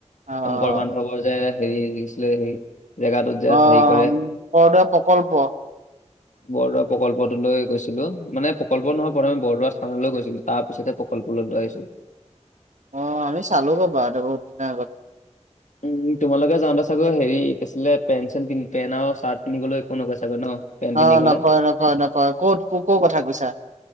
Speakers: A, on the right; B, on the left.
A: অ'
B: শংকৰ বান্ধৱৰ যে হেৰি লখিছিলে হেৰি জেগাটোত যে
A: অ',
B: হেৰি কৰে
A: বৰদোৱা প্ৰকল্প
B: বৰদোৱা প্ৰকল্পটো লৈ গৈছিলো মানে প্ৰকল্প নহয় প্ৰথমে বৰদোৱা থানলৈ গৈছিলো তাৰ পিছতে প্ৰকল্পলৈ লৈ আহিছো
A: অ', আমি চালো গ' বাৰুতে বহুত দিনৰ আগতে
B: উম তোমালোকে যাওঁতে চাগৈ হেৰি কিছিলে পেঞ্চিলন্ধ পেন আৰু চাৰ্ট পিন্ধিবলৈ একো নকয় চাগৈ ন পেন্ট পিন্ধি
A: অ',
B: গ'লে
A: নকয় -নকয় -নকয় -কত ক -ক' -কথা কৈছা?